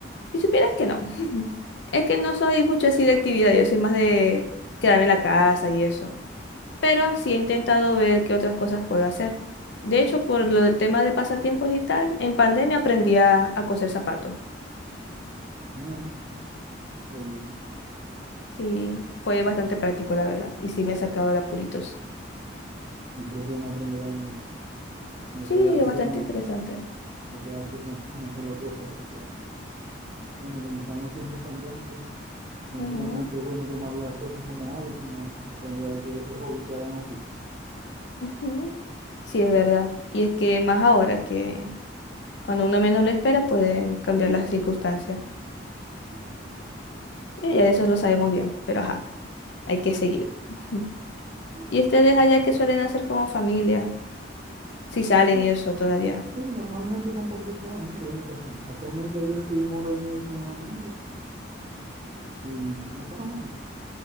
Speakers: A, on the left; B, on the right.
A: si supieras que no, <laughs> es que no soy mucho así de actividad, yo soy más de quedarme en la casa y eso, pero sí he intentado ver qué otras cosas puedo hacer. De hecho, por lo del tema de pasatiempos y tal, en pandemia aprendí a, a coser zapatos.
B: Ah, mira. eh,
A: Sí, fue bastante práctico, la verdad. Y sí me ha sacado de apuritos.
B: siempre es bueno aprender algo más No
A: Sí,
B: quedarse
A: es bastante
B: con,
A: interesante.
B: no quedarse con una sola cosa, porque, bueno, como están los tiempos cambiantes, No
A: Ujú,
B: solamente es bueno tomar las cosas como hobby, sino aprender a que esos hobbies se hagan oficio.
A: ujú. Sí, es verdad. Y es que más ahora que cuando uno menos lo espera pueden cambiar las circunstancias.
B: Claro,
A: Y ya de eso lo sabemos bien, pero ajá, hay que seguir. Ujú.
B: ahí es.
A: ¿Y ustedes allá que suelen hacer como familia? Si salen
B: No,
A: y eso todavía.
B: sí, normalmente compartir con amigos es lo que hacemos. Casualmente ayer estuvimos reunidos con unos amigos y la pasamos bien,